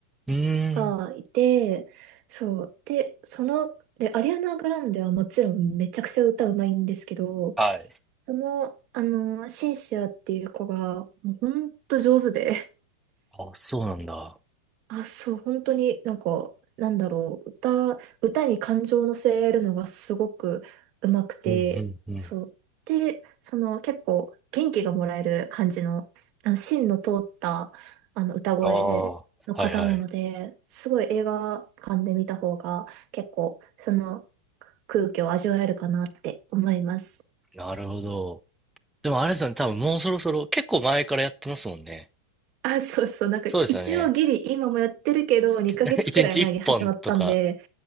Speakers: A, in the centre; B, on the right (about 40°).
A: うーん。
B: がいて、そう。で、その、で、アリアナ・グランデはもちろんめちゃくちゃ歌うまいんですけど、
A: はい。
B: その、あの、シンシアっていう子が、もうほんと上手で、
A: あ、そうなんだ。
B: あ、そう、本当になんか、なんだろう、歌、歌に感情を乗せるのがすごくうまくて、
A: うんうんうん。
B: そう。で、その結構元気がもらえる感じの、あの芯の通ったあの歌声の方なので、
A: ああ、はいはい。
B: すごい映画館で見た方が結構その空気を味わえるかなって思います。
A: なるほど。でもあれですよね、多分もうそろそろ、結構前からやってますもんね。
B: あ、そうそう、なんか一応ギリ今もやってるけど、
A: そうですよね。いや、
B: 2ヶ月くらい前に始まったんで、
A: け <laughs> 一日一本とか、